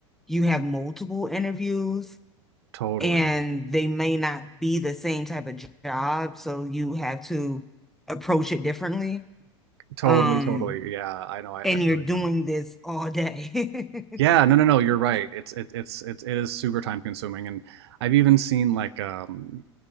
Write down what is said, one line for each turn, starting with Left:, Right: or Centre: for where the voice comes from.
Centre: you have multiple interviews
Right: totally,
Centre: and they may not be the same type of job so you have to approach it differently
Right: totally,
Centre: um
Right: totally. Yeah, I know. I, I
Centre: and you're
Right: feel
Centre: doing
Right: you.
Centre: this all day.
Right: Yeah, no, no, no. You're right. It's it, it's it's it is super time consuming, and I've even seen like um